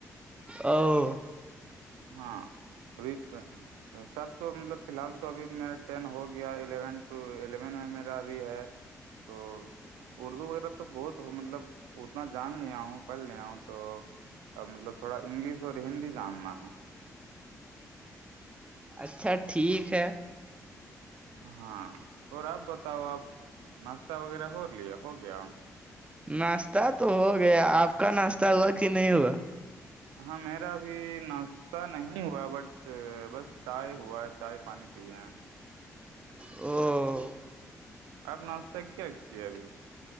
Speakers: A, on the right; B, on the right.
A: اوہ
B: ہاں ابھی سب تو مطلب فی الحال تو ابھی میرا ٹین ہو گیا الیون ٹو الیون میں میرا ابھی ہے تو اردو وغیرہ تو بہت ہو مطلب اتنا جان لیا ہوں پڑھ لیا ہوں تو اب مطلب تھوڑا انگلش اور ہندی جاننا ہے
A: اچھا ٹھیک ہے
B: ہاں اور آپ بتاؤ آپ ناشتہ وغیرہ ہو لیا ہو گیا
A: ناشتہ تو ہو گیا آپ کا ناشتہ ہوا کہ نہیں ہوا
B: ہاں میرا بھی ناس نہیں ہوا بٹ بس چائے ہوا ہے چائے پانی پیے ہیں
A: اوہ
B: آپ ناشتہ کیا کیاے ابھی